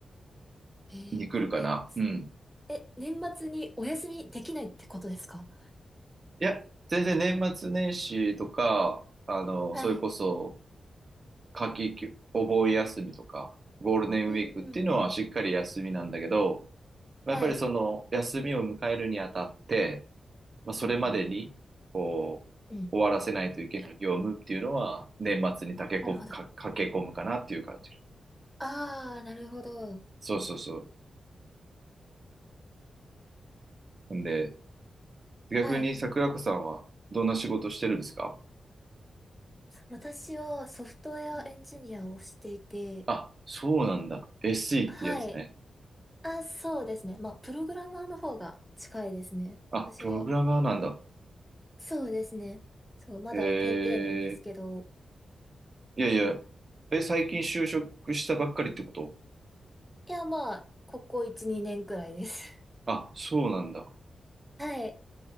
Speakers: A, in the centre; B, on the right.
A: ええ。
B: に来るかな。
A: え、つ
B: うん。
A: え、年末にお休みできないってことですか
B: いや、全然年末年始とか、あの、
A: はい。
B: それこそ、夏季休、お盆休みとか、ゴールデンウィークっていうのはしっかり休みなんだけど、
A: うんうんうん。
B: まあやっぱりその休みを迎えるにあたって、
A: はい。
B: まあ、
A: うんうん。
B: それまでに、こう、
A: うん。
B: 終わらせないといけない業務っていうのは、年末に駆け込む、
A: なるほど。
B: か、
A: あ
B: 駆け込むかなっていう感じ。
A: あ、なるほど。
B: そうそうそう。んで、逆に桜子さんはどんな仕事してるんですか
A: はい。私はソフトウェアエンジニアをしていて、
B: あ、そうなんだ。SE
A: はい。
B: ってやつね。
A: あ、そうですね。まあ、プログラマーの方が近いですね。
B: あ、
A: 私は。
B: プログラマーなんだ。
A: うんそうですね。そう、まだペーペーなんですけど。
B: へえ、いやいや、え、最近就職したばっかりってこと
A: うんいや、まあ、ここ1、2年くらいです。
B: あ、そうなんだ。
A: <laughs> はい。